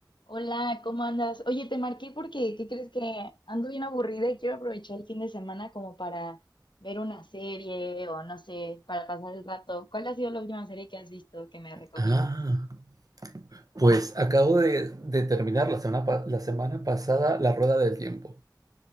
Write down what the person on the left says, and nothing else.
Hola, ¿cómo andas? Oye, te marqué porque, ¿qué crees que ando bien aburrida y quiero aprovechar el fin de semana como para ver una serie o no sé, para pasar el rato? ¿Cuál ha sido la última serie que has visto que me recomiendes?